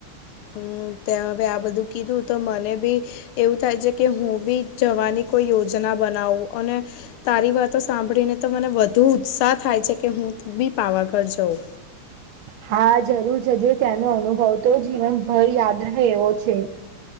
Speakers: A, on the left; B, on the right.
A: હું ત્યાં હવે આ બધું કીધું તો મને બી એવું થાય છે કે હું બી જવાની કોઈ યોજના બનાવું અને તારી વાતો સાંભળીને તો મને વધુ ઉત્સાહ થાય છે કે હું બી પાવાગઢ જઉં
B: હા જરૂર છેજ ત્યાંનો અનુભવ તો જીવનભર યાદ રહે એવો છે